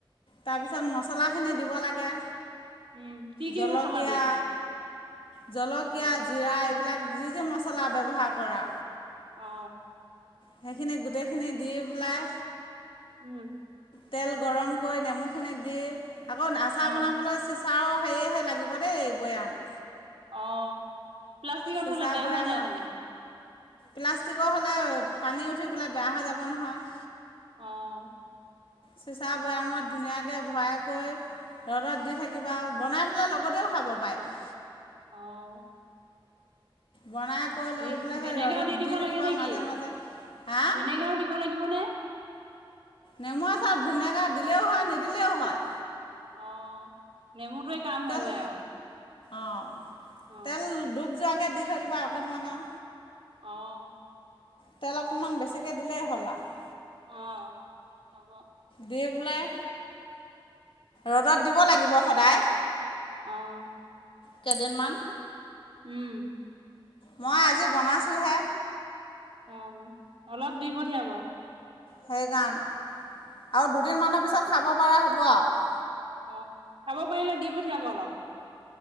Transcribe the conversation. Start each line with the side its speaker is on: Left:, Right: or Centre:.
Left: তাৰপিছত মচলা খিনি দিব লাগে।
Right: উম কি কি
Left: জলকীয়া
Right: মচলা দিয়ে?
Left: জলকীয়া
Right: অ',
Left: জিৰা এইবিলাক। যি যি মছলা বব্যৱহাৰ কৰা।
Right: অ।
Left: সেইখিনি গোটেইখিনি দি পেলাই।
Right: উম।
Left: তেল গৰম কৰি নেমুখিনি দি। আকৌ আচা
Right: অ'।
Left: বনাবলৈ। চাওঁ সেয়েহে লাগিব দেই বৈয়াম
Right: আহ প্লাষ্টিকত
Left: চিচা
Right: হলে বেয়া
Left: বৈয়ামত
Right: হৈ যায় মানে
Left: প্লাষ্টিকৰ হ'লে পানী উঠি পেলাই বেয়া হৈ যাব নহয়
Right: আহ
Left: চিঁচা বৈয়ামত ধুনীয়াকৈ ভৰাই কৰিৈ ৰ'দত দি থাকিব আৰু বনাই পেলাই লগতেও খাব পাৰি
Right: আহ
Left: বনাই কৰি লৈ
Right: ভি
Left: পেলাই সেই
Right: ভিনেগাৰ
Left: ৰ'দত
Right: দি দিব
Left: থাকিবা
Right: লাগে নেকি
Left: মাজে মাজে হা
Right: ভিনেগাৰ দিব লাগিবনে
Left: নেমু আ চত ভিনেগাৰ দিলেও হয় নিদিলেও হয়
Right: অহ নেমুটোৱে কাম
Left: তেল
Right: হৈ যায় আৰু
Left: অঁ
Right: অ',
Left: তেল ডুব যোৱা দি থৈ দিবা অকণমান
Right: আহ
Left: তেল অকনমান বেছিকে দিলেই হ'ল আৰু
Right: অ চব
Left: দি পেলাই ৰ'দত দিব লাগিব সদায়
Right: আহ
Left: কেইদিনমান
Right: উম
Left: মই আজি বনাইছোঁহে
Right: অ অলপ দিব পঠিয়াব
Left: সেইকাৰণ আৰু দুদিনমানৰ পিছত খাব পৰা হ'ব আৰু
Right: অ খাব পাৰিলে দি পঠিয়াব অলপ